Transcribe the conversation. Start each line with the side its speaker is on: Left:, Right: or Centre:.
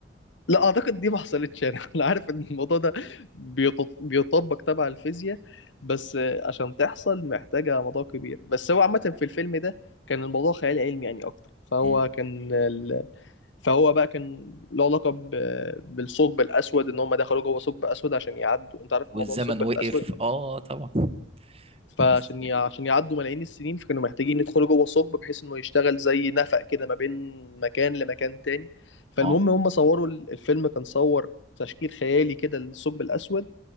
Left: لا اعتقد دي ما حصلتش يعني <laughs> انا عارف ان الموضوع ده بيط- بيطبق تبع الفيزياء بس آه، عشان تحصل محتاجة موضوع كبير بس هو عامة في الفيلم ده كان الموضوع خيال علمي يعني اكتر فهو
Right: مم.
Left: كان ال... فهو بقى كان له علاقة ب... بالثقب الأسود إن هم دخلوا جوه ثقب أسود عشان يعدوا أنت عارف
Right: والزمن
Left: موضوع الثقب
Right: وقف
Left: الأسود
Right: اه طبعا
Left: فعشان
Right: بس
Left: ي- عشان يعدوا ملايين السنين فكانوا محتاجين يدخلوا جوه ثقب بحيث انه يشتغل زي نفق كده ما بين مكان لمكان تاني فالمهم
Right: اه
Left: هم صوروا ال- الفيلم كان صور تشكيل خيالي كده للثقب الاسود